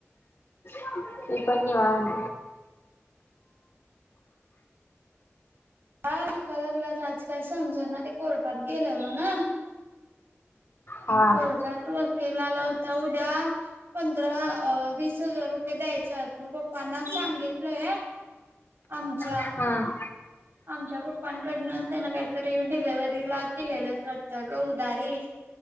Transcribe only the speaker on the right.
अं दुका लागल्या वर आज काय समजना ते कोर्टात गेलेलो ना
मग कोर्टात वकील आला होता उद्या पंधरा अ वीस हजार रुपये द्यायचेय, मग पप्पांना सांगितलंय आमच्या.
आमच्या पप्पांकडनं त्यांना काहीतरी डिलिव्हरीला दिलेलत वाटतं गं उधारी.